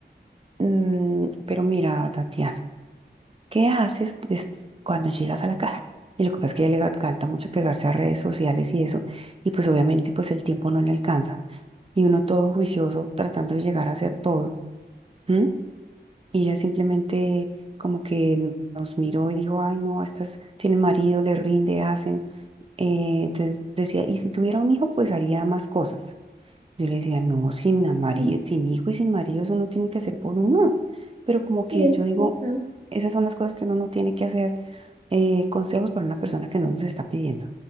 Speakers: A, on the right (about 30°); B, on the right (about 50°).
A: "Mm, pero mira, Tatiana, ¿qué haces des- cuando llegas a la casa? Y lo que pasa es que a ella le encanta mucho pegarse a redes sociales y eso, y pues obviamente pues el tiempo no le alcanza, y uno todo juicioso tratando de llegar a hacer todo, ¿m? Y ella simplemente como que nos miró y dijo, ay no, estas tienen marido, le rinde, hacen. Eh, entonces decía, y si tuviera un hijo, pues haría más cosas. Yo le decía, no, sin amari-
B: Mm,
A: sin hijo y sin marido, eso uno tiene que hacer por uno. Pero como que
B: Sí, es
A: yo digo,
B: verdad.
A: esas son las cosas que uno no tiene que hacer, eh, consejos para una persona que no los está pidiendo.